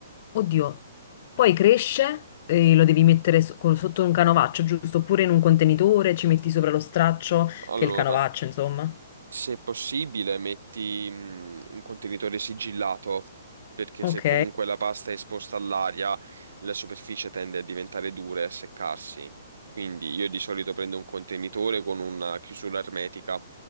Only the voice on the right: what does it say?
allora.
Se possibile, metti mh, un contenitore sigillato, perché
se comunque la pasta è esposta all'aria, la superficie tende a diventare dura e a seccarsi. Quindi io di solito prendo un contenitore con una chiusura ermetica,